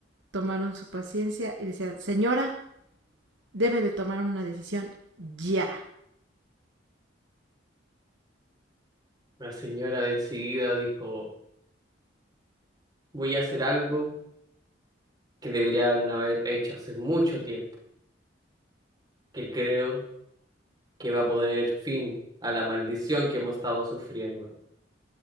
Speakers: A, on the right; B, on the right.
A: tomaron su paciencia y decían, señora, debe de tomar una decisión ya.
B: La señora decidida dijo, voy a hacer algo que deberían haber hecho hace mucho tiempo, que creo que va a poner fin a la maldición que hemos estado sufriendo.